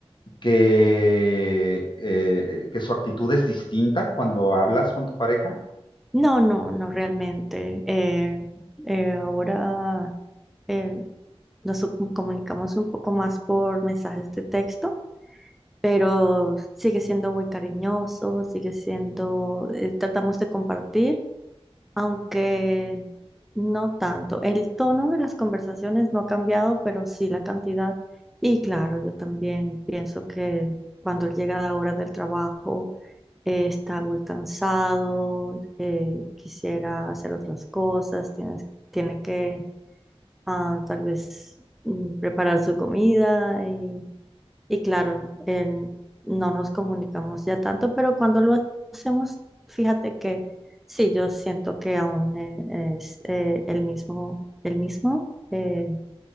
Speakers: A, on the left; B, in the centre.
A: que, eh, que su actitud es distinta cuando hablas con tu pareja?
B: No, no, no realmente. Eh, eh, ahora... eh, nos comunicamos un poco más por mensajes de texto, pero sigue siendo muy cariñoso, sigue siendo, eh, tratamos de compartir, aunque no tanto. El tono de las conversaciones no ha cambiado, pero sí la cantidad. Y claro, yo también pienso que cuando él llega a la hora del trabajo, eh, está muy cansado, eh, quisiera hacer otras cosas, tienes, tiene que ah, tal vez mm, preparar su comida y, y claro, en- no nos comunicamos ya tanto, pero cuando lo hacemos, fíjate que sí, yo siento que aún eh, es eh, el mismo, el mismo, eh,